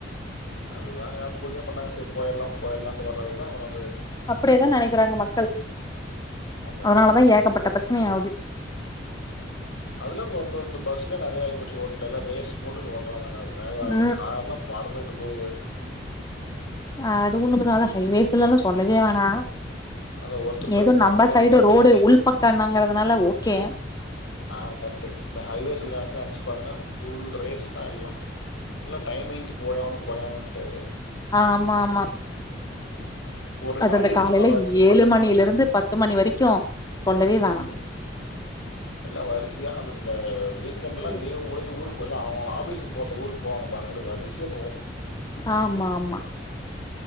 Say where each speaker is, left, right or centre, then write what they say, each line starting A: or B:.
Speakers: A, on the left; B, on the left.
A: அதுதா யாரு புரிஞ்சுக்க மாட்டாங்க சரி போயல்லா போயலான்ட்டு வரறதுதா இங்கன
B: அப்படியேதா நெனைக்கிறாங்க மக்கள்
A: அதா
B: அதனாலதா ஏகப்பட்ட பிரச்சனையாவுது
A: அதுலாம் ப ப பஸ்லா நெறையா ஆகி போச்சு ரோட்ல எல்லா ரேஸ் போட்டுட்டு ஓட்டுறானுங்க வேக வேகமா
B: ம்
A: கார்லா பறந்துட் டு போது
B: அ அதுவுண்ணுமதாவது ஹைவேஸ்லல்லா சொல்லவே வேணா
A: அந்த ஒருத்தர் பிரேக்
B: எது
A: பண்ணால்
B: நம்ம
A: பின்னாடி
B: சைடு
A: பத்து
B: ரோடு
A: வண்டி
B: உள் பக்கன்னாங்கறத அனால ஓகே
A: ஆ கரெக்ட்டு இந்த ஹைவேஸ்ல நெனச்ச நெனச்சி பாருங்க ஃபுல் ரேஸ் தா எல்லா எல்லா டைமிங்க்கு போயாவணு போயாவணுன்ட்டு
B: ஆமா ஆமா
A: ஒரு
B: அது
A: காரு
B: அந்த
A: இடுச்சுன்னா
B: காலையில
A: வரிசயா
B: ஏழு
A: பத்து
B: மணில
A: காரு
B: இருந்து பத்து மணி வரைக்கு சொல்லவே வேணா
A: ம் எல்லா வரிசையா அது த வீக்கண்ட்ல்லா
B: ம்
A: லீவ் முடிஞ்சு ஊருக் போல்லா அவ அவங்க ஆபீஸுக்கு போறது ஊருக்கு போவாங்க பாருங்க அப்டி வரிசையா போவு
B: ஆமா ஆமா